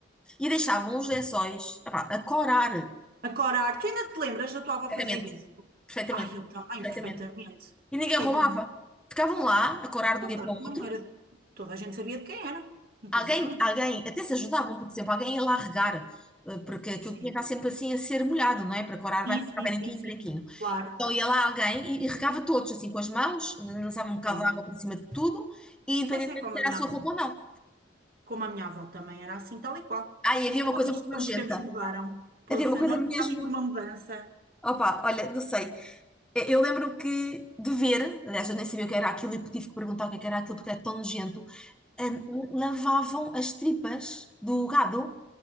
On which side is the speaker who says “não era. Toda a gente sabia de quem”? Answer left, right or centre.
Right